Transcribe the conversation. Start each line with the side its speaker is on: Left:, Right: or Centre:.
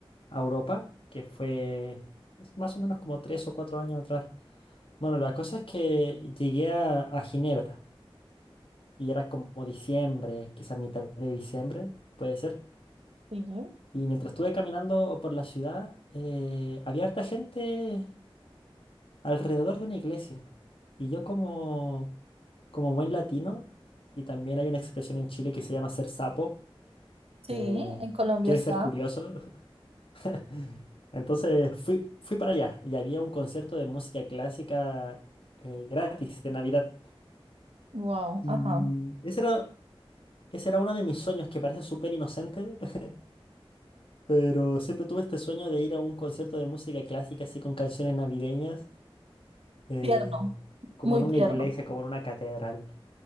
Left: a Europa, que fue más o menos como tres o cuatro años atrás. Bueno, la cosa es que llegué a, a Ginebra y era como diciembre, quizás mitad de diciembre, puede ser.
Right: Sí.
Left: Y mientras estuve caminando por la ciudad, eh, había harta gente alrededor de una iglesia. Y yo como, como buen latino, y también hay una expresión en Chile que se llama ser sapo,
Right: Sí,
Left: eh,
Right: en Colombia
Left: que
Right: está.
Left: es ser curioso. <laughs> Entonces fui, fui para allá y había un concierto de música clásica eh, gratis de Navidad.
Right: Wow,
Left: Y
Right: ajá.
Left: ese era, ese era uno de mis sueños que parece súper inocente, <laughs> pero siempre tuve este sueño de ir a un concierto de música clásica así con canciones navideñas, eh,
Right: Tierno,
Left: como
Right: muy
Left: en una
Right: tierno.
Left: iglesia, como en una catedral.